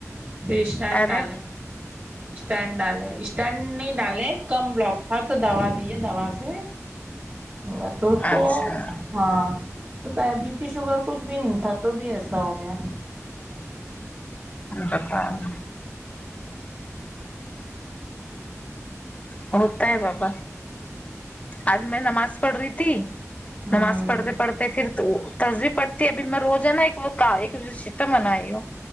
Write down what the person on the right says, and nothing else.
پھر اسٹینڈ
ڈالے <inaudible> اسٹینڈ ڈالے اسٹینڈ نہیں ڈالے کم بلاک تھا تو دوا دیے دوا سے بہت تو اس کو
ہاں تو بی پی شوگر کچھ بھی نہیں تھا تو بھی ایسا ہو گیا
ہوں